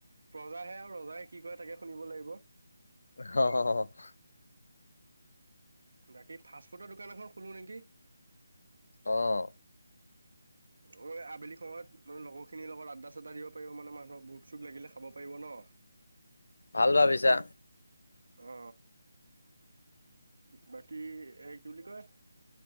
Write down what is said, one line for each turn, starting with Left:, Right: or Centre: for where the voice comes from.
Right: ৰজাহে আৰু ৰজাই কি কৰে তাকে শুনিব লাগিব।
Left: হ হ হ <unintelligible>
Right: বাকী ফাষ্টফুডৰ দোকান এখন খোলো নেকি
Left: আহ।
Right: অ আবেলি সময়ত ম লগৰ খিনিৰ লগত আড্ডা চাদ্দ দিব পাৰিব মানে মানুহক ভুখ চুখ লাগিলে। <unintelligible> খাব পাৰিব ন।
Left: ভাল ভাবিছা
Right: অ বাকী এ কি বুলি কয়।